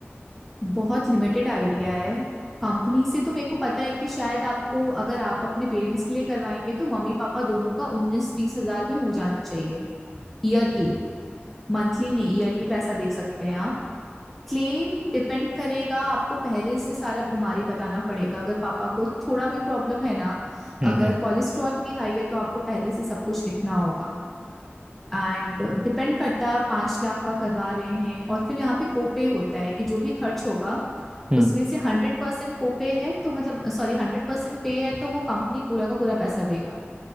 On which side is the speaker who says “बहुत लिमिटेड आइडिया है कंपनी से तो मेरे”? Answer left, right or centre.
Centre